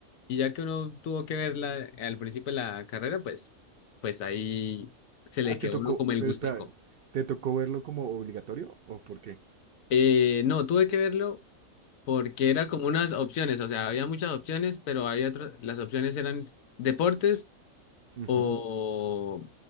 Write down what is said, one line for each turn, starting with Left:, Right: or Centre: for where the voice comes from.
Left: y ya que uno tuvo que verla al principio de la carrera, pues, pues ahí se le
Right: Ah,
Left: quedó
Right: te tocó,
Left: uno como el
Right: pero
Left: gustico.
Right: espera, ¿te tocó verlo como obligatorio o por qué?
Left: Eh, no, tuve que verlo porque era como unas opciones, o sea, había muchas opciones, pero había otras, las opciones eran deportes
Right: Ujú.
Left: o,